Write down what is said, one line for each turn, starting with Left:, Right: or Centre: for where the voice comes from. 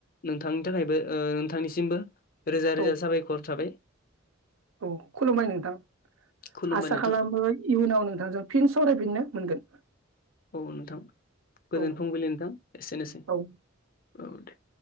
Left: नोंथांनि थाखायबो ओ नोंथांनिसिमबो रोजा
Right: औ
Left: रोजा साबायखर थाबाय
Right: औ खुलुमबाय नोंथां
Left: खुलुमबाय
Right: आसा
Left: नोंथां
Right: खालामो इयुनाव नोंथांजों फिन सावरायफिननो मोनगोन
Left: औ नोंथां गोजोन
Right: औ
Left: फुंबिलि नोंथां एसेनोसै
Right: औ
Left: औ दे